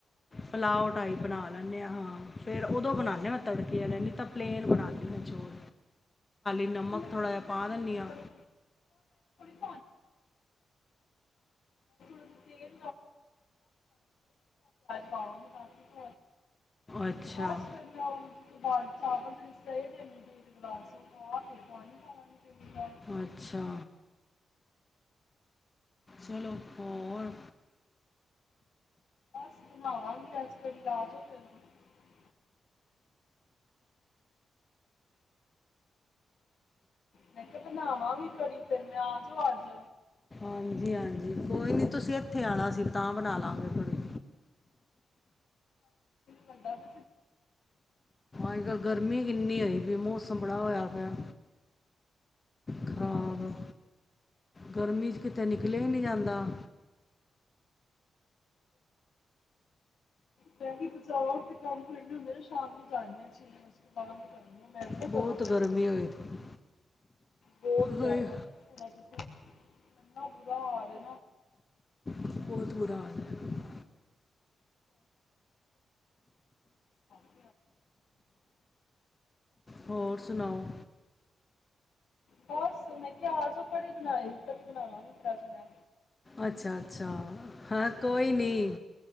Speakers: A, on the left; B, on the left.
A: ਪੁਲਾਓ ਟਾਈਪ ਬਣਾ ਲੈਣੇ ਹਾਂ। ਫਿਰ ਉਦੋਂ ਬਣਾਣੇ ਆ ਮੈਂ ਤੜਕੇ ਵਾਲੇ ਨਹੀਂ ਤਾਂ ਪਲੇਨ ਬਣਾਨੀ ਆ ਮੈਂ ਚੌਲ। ਨਮਕ
B: ਵੈਸੇ
A: ਥੋੜ੍ਹਾ ਜਿਹਾ
B: ਤਾਂ
A: ਪਾ
B: ਚਿੰਨ
A: ਦਿੰਦੀ ਹਾਂ
B: ਤੜ <unintelligible> ਸੀਂ ਤੇਲ ਪ <inaudible>
A: ਅੱਛਾ
B: ਬਸ ਫਿਰ ਮੈਂ ਓਹਦੇ ਤੋਂ ਬਾਅਦ ਚਾਵਲ ਜਿਹੜੀ ਸਹੇ ਦੇ ਮੁ ਇੱਕ ਗਲਾਸ ਪਾ ਕੇ ਪਾਣੀ ਪਾਵਾਂਗੀ
A: ਅੱਛਾ ਚਲੋ ਹੋਰ
B: <unintelligible> ਮੈਂ ਕਿਹਾ ਬਣਾਵਾਂ ਵੀ ਘੜੀ ਫੇਿਰ ਮੈਂ ਆ ਜੋਓ ਅੱਜ
A: ਹਾਂਜੀ ਹਾਂਜੀ ਕੋਈ ਨੀ ਤੁਸੀਂ ਇੱਥੇ ਆਉਣਾ ਸੀ ਤਾਂ ਬਣਾ ਲਾਂਗੇ ਤੁੜੀ
B: ਪੱਦਾ ਵੀ
A: ਅੱਜ ਕੱਲ ਗਰਮੀ ਕਿੰਨੀ ਆਈ ਵੀ ਮੌਸਮ ਬੜਾ ਹੋਇਆ ਪਿਆ। ਖਰਾਬ ਗਰਮੀ ਚ ਕਿਤੇ ਨਿਕਲੇ ਨੀ ਜਾਂਦਾ।
B: ਕਹਿ ਕੇ ਬਹਚਾਓ ਤੇ ਕੰਮ ਕਰਨੇ ਹੁੰਦੇ ਨੇ ਸ਼ਾਮ ਨੂੰ। ਉਸ ਤੋਂ ਬਾਅਦ ਮੈਂ ਵੀ ਨਾ ਕਰ
A: ਬਹੁਤ ਗਰਮੀ ਹੋਈ ਥੀ
B: ਬਹੁਤ ਬਹੁਤ ਜਿਆਦਾ
A: ਹਾਏ
B: ਇਨਾ ਜਿਆਦਾ ਬੁਰਾ ਹਾਲ
A: ਬਹੁਤ ਬੁਰਾ ਹਾਲ ਹੈ
B: <inaudible>
A: ਹੋਰ ਸੁਣਾਓ।
B: ਬੱਸ ਮੈਂ ਕਿਹਾ ਆ ਜਾਓ ਕੜੀ ਬਣਾਈ ਕੜੀ ਬਣਾਵਾਂਗੀ ਅੱਜ ਮੈਂ।
A: ਅੱਛਾ ਅੱਛਾ, ਹਾਂ ਕੋਈ ਨੀ